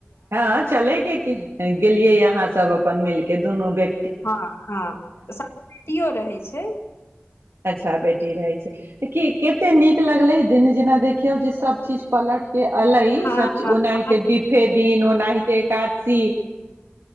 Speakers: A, on the right; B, on the left.
A: हँ चले के गेलियै अहाँ सब अपन मेलके दुनु बै
B: हँ हँ संग बेटियो रहे। छै
A: अच्छा बेटी रहै छै तऽ की कते नीक लगलै दिन जेना देखियौ जे सब चीज पलट अलै
B: हँ
A: सबचीज
B: हँ
A: ओनाहिते
B: अहाँके
A: बिफे दिन ओनाहिते ए‌कादशी